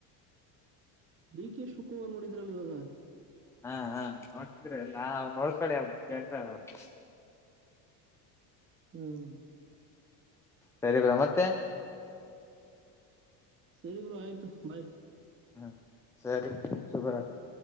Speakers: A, on the right; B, in the centre.
A: D K Shivakumar ನೋಡಿದ್ರಲ್ ಇವಾಗ
B: ಹಾ ಹಾ ನೋಡ್ತಿದ್ರಿ ಎಲ್ಲಾ ಅವರು ನೋಡ್ಕಳಿ ಅವ ಕೇಳ್ತ ಅವ್ರು
A: ಹ್ಮ
B: ಸರಿಬ್ರಾ ಮತ್ತೆ
A: ಸರಿ ಬ್ರೂ ಆಯ್ತು ಬಾಯ್
B: ಹ್ಮ ಸರಿ ಶುಭರಾತ್ರಿ